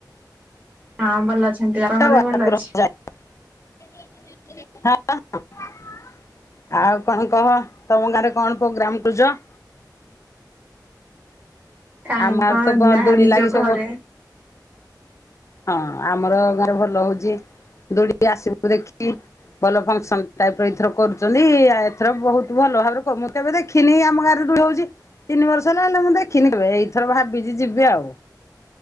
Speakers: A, on the right; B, on the left.
A: ହଁ ଭଲ <unintelligible>
B: <inaudible>
A: ଦେହ ଭଲ <inaudible>
B: <inaudible> ଆଉ କଣ କହ ତମ ଗାଁରେ କଣ ପୋଗ୍ରାମ୍ <unintelligible>
A: କାଇଁ
B: ଆମ ଆଡେ ତ କଣ
A: ଯାହା
B: ଦୋଳି
A: ନିଜ
B: ଲାଗି ସବୁ
A: ଘରେ
B: ହଁ ଆମର ଗାଁରେ ଭଲ ହଉଚି ଦୌଡିକି ଆସିବୁ ଦେଖି ଭଲ ଫଙ୍କସନ୍ ଟାଇପର ଏଇଥର କରୁଚନ୍ତି, ଆଉ ଏଥର ବହୁତ ଭଲ ଭାବରେ କ ମୁଁ କେବେ ଦେଖିନି ଆମ ଗାଁ ରେ ଦୋଳି ହଉଚି ତିନି ବର୍ଷ ହେଲା ହେଲେ ମୁଁ ଦେଖିନି କେବେ ଏଇ ଏଥର ଭାବିଚି ଯିବି ଆଉ